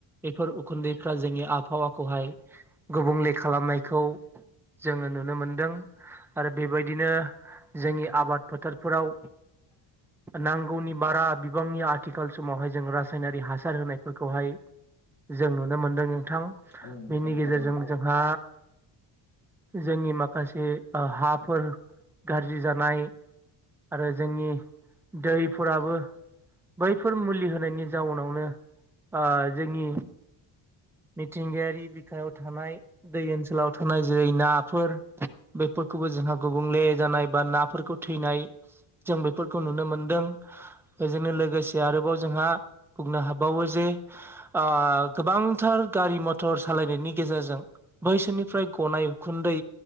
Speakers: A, in the centre; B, on the left.
A: बेफोर उखुन्दैफ्रा जोंनि आबहावाखौहाय गुबुंले खालामनायखौ जोङो नुनो मोनदों आरो बेबायदिनो जोंनि आबाद फोथारफोराव
B: <unintelligible>
A: नांगौनि बारा बिबांनि आथिखाल समावहाय जों रासायनारि हासार होनायफोरखौहाय जों नुनो मोनदों नोंथां
B: औ नोंथां
A: बेनि गेजेरजों
B: थारैनो
A: जों हा जोंनि माखासे हाफोर गाज्रि जानाय आरो जोंनि दैफोराबो बैफोर मुलि होनायनि जाउनावनो ओ जोंनि मिथिंगायारि बिखायाव थानाय दै ओनसोलाव थानाय जेरै नाफोर बेफोरखौबो जोंहा गुबुंले जानाय बा नाफोरखौ थैनाय जों बेफोरखौ नुनो मोनदों बेजोंनो लोगोसे आरोबाव जोंहा बुंनो हाबावो जे ओ गोबांथार गारि मथर सालायनायनि गेजेरजों बैसोरनिफ्राय गनाय उखुन्दै